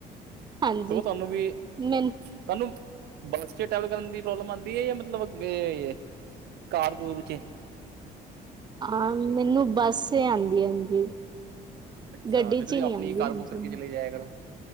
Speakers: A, on the right (about 25°); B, on the right (about 75°).
A: ਹਾਂਜੀ
B: ਚਲੋ ਤੁਹਾਨੂੰ ਵੀ
A: ਮੈਨੂੰ
B: ਤੁਹਾਨੂੰ ਬੱਸ 'ਚ ਟਰੈਵਲ ਕਰਨ ਦੀ ਪ੍ਰੋਬਲਮ ਆਉਂਦੀ ਹੈ, ਜਾਂ ਮਤਲਬ ਕੇ ਕਰ-ਕੁਰ 'ਚ ਈ?
A: ਆ ਮੈਨੂੰ ਬੱਸ ਤੇ ਆਉਂਦੀ ਆ ਜੀ।
B: ਅੱਛਾ
A: ਗੱਡੀ
B: ਫਿਰ
A: 'ਚ
B: ਤੁਸੀਂ ਆਪਣੀ
A: ਨੀ ਆਉਂਦੀ,
B: ਕਾਰ
A: ਹਾਂਜੀ।
B: ਬੁੱਕ ਕਰਕੇ ਚਲੇ ਜਾਇਆ ਕਰੋ